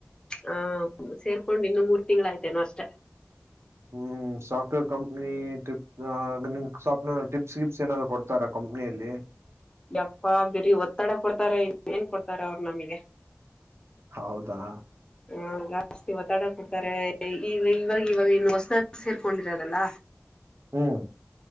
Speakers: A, on the left (about 20°); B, on the right (about 85°).
A: ಹ ಸೇರ್ಕೊಂಡ್ ಇನ್ನು ಮೂರ್ ತಿಂಗಳಾಯಯ್ತೇನೋ ಅಷ್ಟ
B: ಹ್ಮ್ ಸಾಫ್ಟ್ವೇರ್ ಕಂಪನಿ ಟ್ರಿಪ್ ನಿಮ್ ಟಿಪ್ಸ್ ಗಿಪ್ಸ್ ಏನಾದ್ ಕೊಡ್ತಾರ ಕಂಪ್ನಿಯಲ್ಲಿ
A: ಯಪ್ಪಾ ಬಿರೀ ಒತ್ತಡ ಕೊಡ್ತಾರ ಇನ್ನಏನ್ ಕೊಡ್ತಾರ ಅವರು ನಮಗೆ
B: ಹೌದಾ
A: ಹ ಜಾಸ್ತಿ ಒತ್ತಡ ಕೊಡ್ತಾರೆ ಈಗ ಇವಾಗ ಇವಾಗ ಇನ್ನು ಹೊಸದ ಸೇರ್ಕೊಂಡಿರೋದಲ್ಲ
B: ಹ್ಮ್